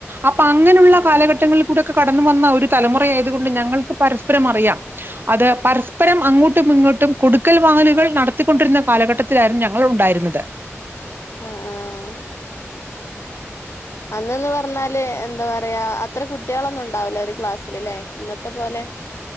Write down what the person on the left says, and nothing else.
ആഹ്
ആആ അന്നന്ന് പറഞ്ഞാല് എന്താ പറയാ അത്ര കുട്ടികളൊന്നും ഉണ്ടാവില്ലോ ഒരു ക്ലാസ്സല് ഇല്ലേ ഇന്നത്തെ പോലെ